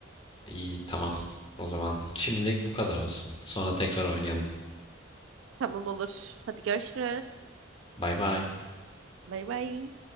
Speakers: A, on the left; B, on the right.
A: iyi tamam. O zaman şimdilik bu kadar olsun. Sonra tekrar oynayalım.
B: Tamam olur. Hadi görüşürüz.
A: Bay bay.
B: Bay bay.